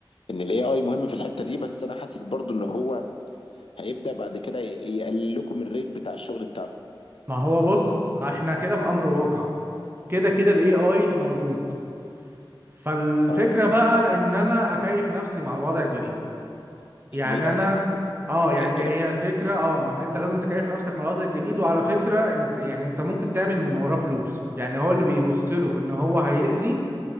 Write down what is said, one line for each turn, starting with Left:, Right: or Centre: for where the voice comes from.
Left: ان الاي اي مهم في الحته دي بس انا حاسس برضو ان هو هيبدا بعد كده ي- يقلل لكم الريت بتاع الشغل بتاعكم
Right: ما هو بص احنا كده في امر واقع كده كده الاي اي موجود فالفكره
Left: اه
Right: بقى ان انا اكيف نفسي مع الوضع الجديد يعني
Left: للاسف
Right: انا
Left: ما فيش
Right: اه يعني
Left: غير كده
Right: هي الفكره اه ما ان انت لازم تكيف نفسك مع الوضع الجديد وعلى فكره انت يعني انت ممكن تعمل من وراه فلوس يعني هو اللي بيبص له ان هو هيأذي